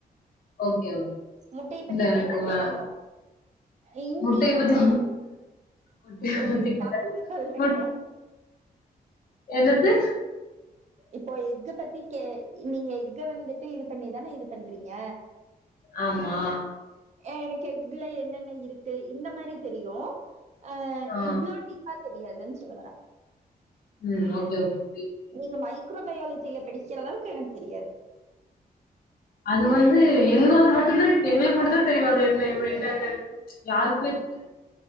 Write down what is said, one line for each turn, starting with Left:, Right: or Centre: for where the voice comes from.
Left: ஓகே ஓகே.
Right: முட்டையை
Left: இல்ல
Right: பத்தி
Left: எனக்கு
Right: கேட்டா
Left: வ
Right: தெரியு இண்டிப்பா
Left: முட்டைய பத்தி
Right: எனக்கு தெரியாது
Left: முட்டைய
Right: ஒரு
Left: பத்தி
Right: எக்ஸாம்பிள்
Left: கேட்டா
Right: சொல்றீங்க
Left: குட் என்னது
Right: இப்போ எக்கு பத்தி நீங்க எக்க வந்துட்டு இது பண்ணிதானே இது பண்றீங்க
Left: ஆமா
Right: எனக்கு எக்ல என்னென்ன இருக்கு இந்த மாரி தெரியும் ஆஹ்
Left: ஆ.
Right: இவ்ளோ டீப்பா தெரியாது வரா
Left: ம் ஓகே ஓகே புரியுது.
Right: நீங்க மைக் ஆக்ரோபயாலஜில படிக்கிற அளவுக்கு எனக்கு தெரியாது
Left: அது வந்து எங்களால மட்டு்தா எங்களுக்கு மட்டும் தா தெரியும் அது என்ன என்னன்ன யாருக்குமே தெரியாது